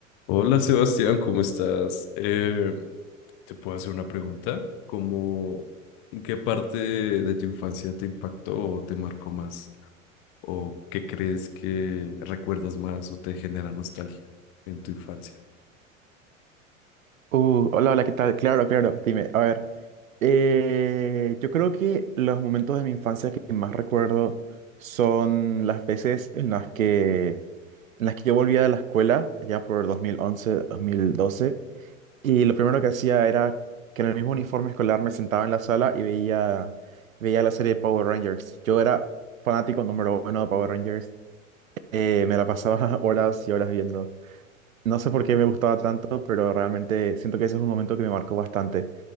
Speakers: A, on the left; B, on the right.
A: Hola Sebastián, ¿cómo estás? Eh, ¿te puedo hacer una pregunta? ¿Cómo, en qué parte de tu infancia te impactó o te marcó más? ¿O qué crees que recuerdas más o te genera nostalgia en tu infancia?
B: Uh, hola, hola, ¿qué tal? Claro, claro, dime, a ver, eh, yo creo que los momentos de mi infancia que más recuerdo son las veces en las que, en las que yo volvía de la escuela, ya por dos dos mil once, dos mil doce, y lo primero que hacía era que en el mismo uniforme escolar me sentaba en la sala y veía, veía la serie de Power Rangers. Yo era fanático número uno de Power Rangers, eh, me la pasaba <laughs> horas y horas viendo. No sé por qué me gustaba tanto, pero realmente siento que ese es un momento que me marcó bastante.